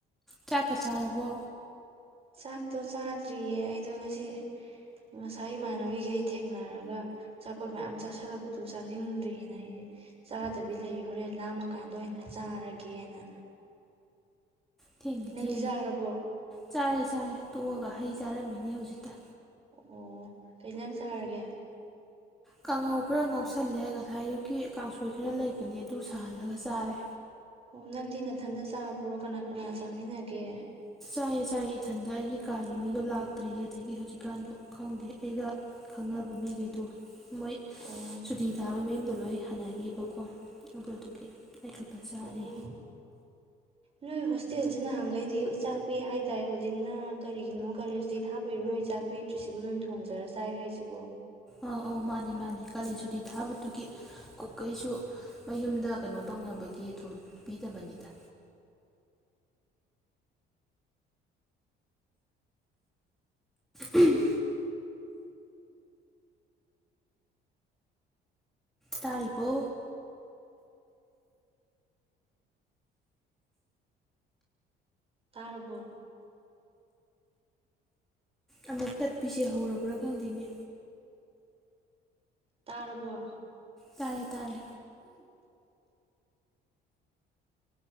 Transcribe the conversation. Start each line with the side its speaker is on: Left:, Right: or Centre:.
Centre: ꯆꯥꯛꯀ ꯆꯥꯔꯕꯣ
Right: ꯆꯥꯛꯇꯣ ꯆꯥꯗ꯭ꯔꯤꯌꯦ ꯑꯩꯗꯣ ꯉꯁꯤ ꯉꯁꯥꯏ ꯏꯃꯥꯟꯅꯕꯤꯈꯩ ꯊꯦꯡꯅꯔꯒ ꯑꯆꯥꯄꯣꯠ ꯃꯌꯥꯝ ꯆꯥꯥꯁꯜꯂꯛꯄꯗꯨ ꯆꯥꯅꯤꯡꯗ꯭ꯔꯤꯑꯅ ꯑꯩ ꯆꯥꯗꯕꯤ ꯂꯩ ꯍꯣꯔꯦꯟ ꯂꯥꯝꯃꯀꯥꯟꯗ ꯑꯣꯏꯅ ꯆꯥꯔꯒꯦꯅ
Centre: ꯊ
Right: ꯅꯪꯗꯤ
Centre: ꯊ
Right: ꯆꯥꯔꯕꯣ
Centre: ꯆꯔꯦ ꯆꯔꯦ ꯇꯣꯛꯑꯒ ꯍꯩ ꯆꯥꯔꯝꯃꯤꯅꯦ ꯍꯧꯖꯤꯛꯇ
Right: ꯑꯣ ꯀꯖꯪ ꯆꯔꯒꯦ
Centre: ꯀꯥꯡꯉꯧ ꯈꯔ ꯉꯧꯁꯜꯂꯦ ꯉꯁꯥꯏ ꯑꯌꯨꯛꯀꯤ ꯀꯥꯡꯁꯣꯏ ꯈꯔ ꯂꯩꯕꯅꯦ ꯑꯗꯨ ꯁꯥꯍꯜꯂꯒ ꯆꯥꯔꯦ
Right: ꯑꯣ ꯅꯪꯗꯤ ꯅꯊꯟꯗ ꯆꯥꯕ꯭ꯔꯣ ꯀꯅꯥ ꯀꯅꯥ ꯆꯥꯃꯤꯟꯅꯒꯦ
Centre: ꯆꯥꯏꯑ ꯆꯥꯏꯌꯦ ꯏꯊꯟꯗ ꯑꯩꯒꯤ ꯀꯥꯔꯒꯤ ꯃꯤꯗꯣ ꯂꯥꯛꯇ꯭ꯔꯤꯌꯦ ꯑꯗꯒꯤ ꯍꯧꯖꯤꯛꯀꯥꯟꯗꯣ ꯈꯪꯗꯦ ꯑꯩꯒ ꯈꯪꯅꯕ ꯃꯤꯈꯩꯗꯣ ꯃꯣꯏ
Right: ꯑꯣ
Centre: ꯁꯨꯇꯤ ꯊꯥꯕꯒꯤ ꯃꯌꯨꯝꯗ ꯂꯣꯏ ꯐꯅꯈꯤꯕꯀꯣ ꯑꯗꯨꯗꯨꯒꯤ ꯑꯩꯊꯛꯇ ꯆꯥꯔꯤ
Right: ꯑꯣ ꯅꯣꯏ ꯍꯣꯁꯇꯦꯜꯁ ꯅꯍꯥꯟꯈꯩꯗꯤ ꯆꯥꯛ ꯄꯤ ꯍꯥꯏꯇꯥꯔꯦ ꯍꯧꯖꯤꯛꯅ ꯀꯔꯤꯒꯤꯅꯣ ꯀꯂꯦꯖꯇ ꯊꯥꯕꯤꯔꯣ ꯅꯣꯏ ꯆꯥꯛ ꯄꯤꯗ꯭ꯔꯤꯁꯤꯕꯨ ꯅꯣꯏ ꯊꯣꯡꯖꯔ ꯆꯥꯏ ꯍꯥꯏꯁꯤꯕꯣ
Centre: ꯑꯧ ꯑꯧ ꯃꯥꯅꯦ ꯃꯥꯅꯤ ꯀꯥꯂꯦꯟ ꯁꯨꯇꯤ ꯊꯥꯕꯗꯨꯒꯤ ꯀꯣꯛꯀꯩꯁꯨ ꯃꯌꯨꯝꯗ ꯀꯩꯅꯣ ꯇꯧꯅꯕꯒꯤ ꯑꯗꯨꯝ ꯄꯤꯗꯕꯅꯤꯗ ꯎꯝ ꯇꯥꯔꯤꯔꯤꯕꯣ
Right: ꯇꯥꯔꯕꯔꯕꯣ
Centre: ꯑꯃꯨꯛ ꯇꯠꯄꯤꯁꯦ ꯍꯧꯔꯕ꯭ꯔꯥ ꯈꯪꯗꯦꯅꯦ
Right: ꯇꯥꯔꯔꯕ
Centre: ꯇꯔꯦ ꯇꯔꯦ